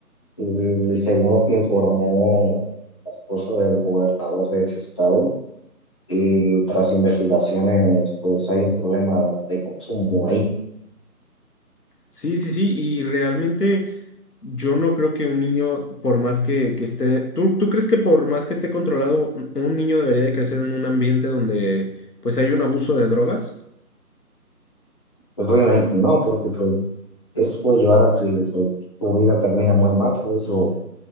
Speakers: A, on the left (about 20°); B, on the left (about 80°).
A: eh, según lo que informó la esposa del gobernador de ese estado, y tras investigaciones, pues hay un problema de consumo ahí.
B: Sí, sí, sí, y realmente yo no creo que un niño, por más que, que esté, ¿tú, tú crees que por más que esté controlado, un un niño debería de crecer en un ambiente donde pues hay un abuso de drogas?
A: Pues obviamente no, porque pues esto puede llevar a que pues, tu vida termine muy mal, ¿sabes? O,